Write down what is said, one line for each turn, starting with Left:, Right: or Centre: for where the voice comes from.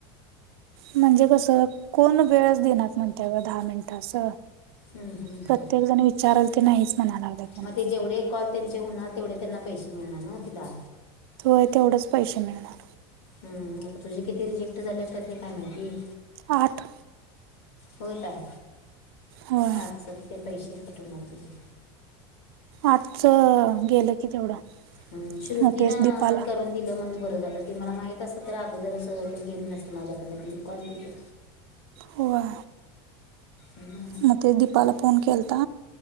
Right: म्हणजे कसं कोण वेळच देणार म्हणतय का दहा मिनिट असं.
Left: हम्म हम्म
Right: प्रत्येक जण विचारल ते नाहीच म्हणायला लाग.
Left: मग ते जेवढे कॉल त्यांचे होणार तेवढे त्यांना पैसे मिळणार न तिला.
Right: होय तेवढंच पैसे मिळणार.
Left: हम्म आता तुझे किती रिजेक्ट झाले त्याले काय माहिती.
Right: आठ.
Left: हो काय?
Right: होय
Left: आठच ते पैसे कटवणार तुझे.
Right: आठच गेलं की तेवढं
Left: हम्म, श्रुतीनं
Right: तेच दीपाला.
Left: करून दिलं म्हण बरं झालं ते मला माहित असत तर अगोदरच ते गे नसते माझ्याकडन तीन कॉल तिथे.
Right: होवा.
Left: हां
Right: मग ते दीपाला फोन केलता